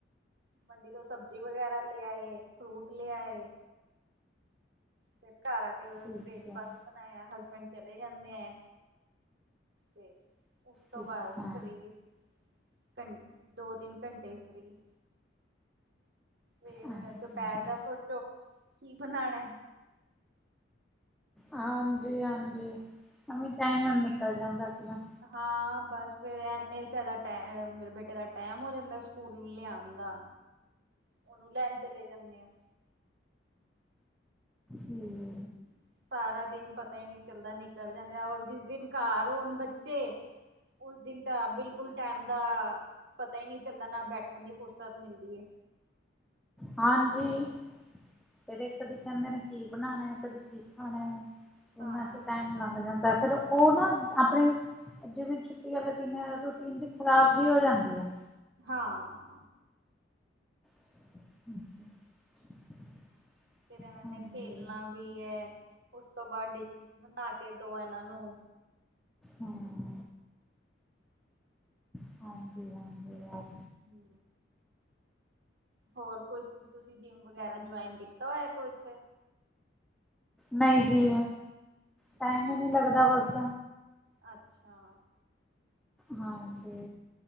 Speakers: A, on the right; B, in the centre.
A: ਮੰਡੀ ਤੋ ਸਬਜ਼ੀ ਵਗੈਰਾ ਲੇ ਆਏ, ਫਰੂਟ ਲੇ ਆਏ। ਫਿਰ ਘਰ ਆ ਕੇ ਬ੍ਰੇਕਫਾਸਟ
B: ਠੀਕ ਹੈ
A: ਬਨਾਯਾ ਹਸਬੈਂਡ ਚਲੇ ਜਾਂਦੇ ਐ ਤੇ ਉਸ ਤੋ
B: ਠੀਕ
A: ਬਾਦ
B: ਹਾਂ
A: ਫਰੀ ਘੰ ਦੋ-ਤਿੰਨ ਘੰਟੇ ਫਰੀ ਫੇਰ
B: ਹਾਂਜੀ
A: ਦੁਪੈਰ ਦਾ ਸੋਚੋ ਕੀ ਬਨਾਣਾ।
B: ਹਾਂਜੀ-ਹਾਂਜੀ ਐਂਵੇ ਟਾਈਮ ਨਿਕਲ ਜਾਂਦਾ ਆਪਣਾ
A: ਹਾਂ ਬਸ ਫੇਰ ਐਨੇ 'ਚ ਇਦਾ ਟੈਮ ਮੇਰੇ ਬੇਟੇ ਦਾ ਟੈਮ ਹੋ ਜਾਂਦਾ ਸਕੂਲ ਲਿਯਾਨ ਦਾ ਓਨੂੰ ਲੈਨ ਚਲੇ ਜਾਨੇ ਆ।
B: ਹੂੰ।
A: ਹੂੰ ਸਾਰਾ ਦਿਨ ਪਤਾ ਈ ਨੀ ਚੱਲਦਾ ਨਿਕਲ ਜਾਂਦੈ ਔਰ ਜਿਸ ਦਿਨ ਘਾਰ ਹੋਨ ਬੱਚੇ ਉਸ ਦਿਨ ਤਾ ਬਿਲਕੁਲ ਟੈਮ ਦਾ ਪਤਾ ਈ ਨੀ ਚੱਲਦਾ ਨਾ ਬੈਠਨ ਦੀ ਫੁਰਸਤ ਮਿਲਦੀ ਏ।
B: ਹਾਂਜੀ ਫਿਰ ਏ
A: ਹਮ
B: ਕਦੇ ਕੈਂਦੇ ਨੇ ਕੀ ਬਨਾਨਾ ਕਦੀ ਕੀ ਖਾਣੇ
A: ਹਾਂ
B: ਏਨਾ 'ਚ ਈ ਟਾਈਮ ਲੰਘ ਜਾਂਦੈ। ਫੇਰ ਓਨਾ ਆਪਨੇ ਜਿਵੇਂ ਛੁੱਟੀ ਆਲੇ ਦਿਨ ਰੂਟੀਨ ਜੀ ਖ਼ਰਾਬ ਜੀ ਹੋ ਜਾਂਦੀ ਆ।
A: ਹਾਂ।
B: <inaudible>
A: ਫੇਰ ਐਨਾਂ
B: ਹਾਂਜੀ
A: ਨੇ ਖੇਲਨਾ ਵੀ ਐ ਉਸ ਤੋਂ ਬਾਦ ਡਿਸ <unintelligible> ਬਨਾ ਕੇ ਦੋ ਐਨਾ ਨੂੰ
B: ਹਾਂ। ਹਾਂਜੀ- ਹਾਂਜੀ ਅਸ
A: ਹੂੰ ਹੋਰ ਕੁਛ ਤੁਸੀ ਜਿੰਮ ਵਗੈਰਾ ਜੋਆਇਨ ਕੀਤਾ ਹੋਯਾ ਕੁਛ
B: ਨਈ ਜੀ ਟਾਈਮ
A: ਹਾਂ
B: ਈ ਨੀ ਲੱਗਦਾ ਬਸ
A: ਅੱਛਾ
B: ਹਾਂਜੀ।